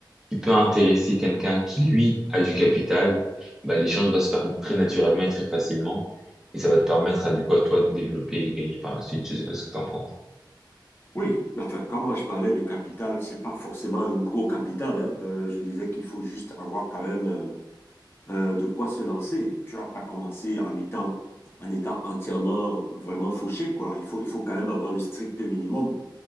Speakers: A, in the centre; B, on the left (about 30°).
A: qui peut intéresser quelqu'un qui, lui, a du capital, bah, l'échange va se faire très naturellement et très facilement. Et ça va te permettre à, du coup, à toi de développer et gagner par la suite. Je sais pas ce que t'en penses.
B: Oui, enfin, quand moi je parlais de capital, c'est pas forcément un gros capital, hein. Euh, je disais qu'il faut juste avoir quand même euh, euh, de quoi se lancer. Tu vas pas commencer en étant, en étant entièrement vraiment fauché, quoi. Il faut, il faut quand même avoir le strict minimum.